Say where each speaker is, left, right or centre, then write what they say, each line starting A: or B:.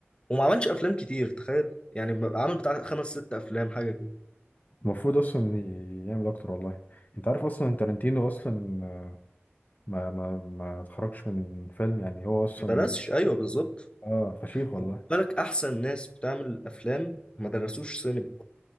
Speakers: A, on the left; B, on the left.
A: وما عملش افلام كتير تخيل يعني ب- عامل بتاع خمس ست افلام حاجة كده
B: المفروض اصلا ي- يعمل اكتر والله انت عارف اصلا تارانتينو اصلا ما ما ما اتخرجش من فيلم يعني هو اصلا
A: ما درسش ايوه بالظبط
B: اه فشيخ والله
A: خد بالك احسن ناس بتعمل افلام ما درسوش سينما